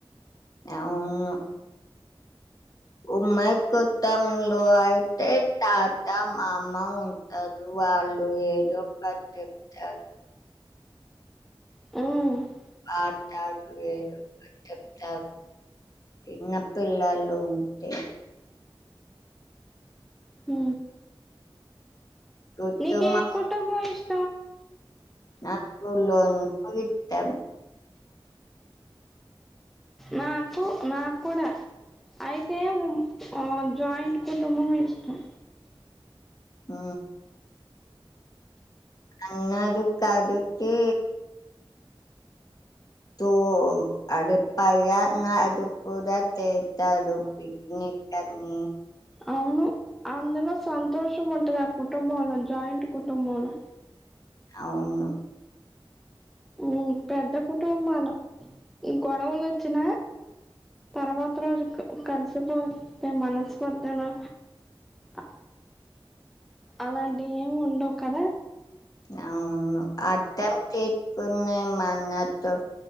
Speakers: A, on the left; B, in the centre.
A: అవును ఉమ్మకు తమ్ముడు అయితే తాత మామ ఉంటారు వాళ్ళు ఏదో ఒకటి చెప్తారు
B: మ్
A: <unintelligible> చిన్నపిల్లలుంటే
B: మ్
A: కుటుంబం
B: నీకే కుటుంబం ఇష్
A: నాకు లొండు ఇతం
B: నాకు నాక్కుడా అయితే మ్ జాయింట్ కుటుంబం ఇష్టం
A: మ్ అన్నరు కాదుకి తో అడే పయాన్నారు కూడా చెత్త తరు పిక్నిక్కని
B: అవును అందులో సంతోష్ షం ఉంటది ఆ కుటుంబంలో జాయింట్ కుటుంబంలో
A: అవును
B: మ్ పెద్ద కుటుంబాలు గొడవలోచ్చినా తర్వాత రోజు కలిసిపోతే మనస్పర్దలు ఆ అలాంటివి ఎం ఉండవు కదా
A: అవును అర్థం చేసుకున్న మనసు